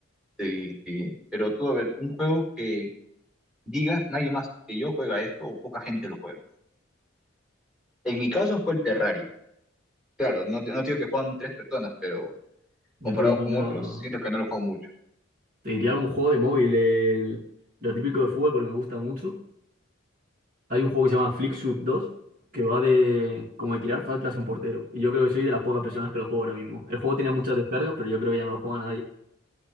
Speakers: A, in the centre; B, on the right (about 45°).
A: Sí, sí. Pero tú, a ver, un juego que digas, nadie más que yo juega esto o poca gente lo juega. En mi caso fue el Terraria. Claro, no, te- no te digo que juegan tres personas, pero
B: Yo
A: comparado
B: te diría,
A: con otros, siento que no lo juego mucho.
B: te diría algún juego de móvil, el- lo típico de fútbol, porque me gusta mucho. Hay un juego que se llama Flicksuit 2, que va de como de tirar faltas a un portero. Y yo creo que soy de las pocas personas que lo juego ahora mismo. El juego tiene muchas descargas, pero yo creo que ya no lo juega nadie.